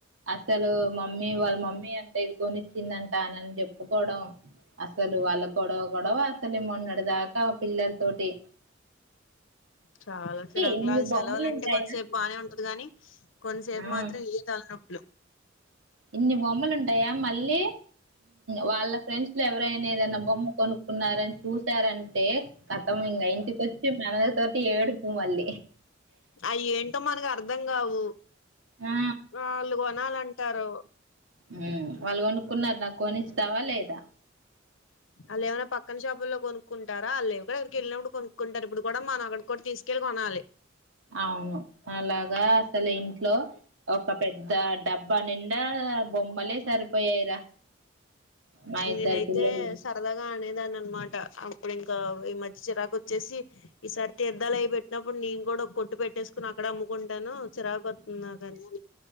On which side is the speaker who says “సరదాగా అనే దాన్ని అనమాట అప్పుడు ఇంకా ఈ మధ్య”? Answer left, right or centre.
Left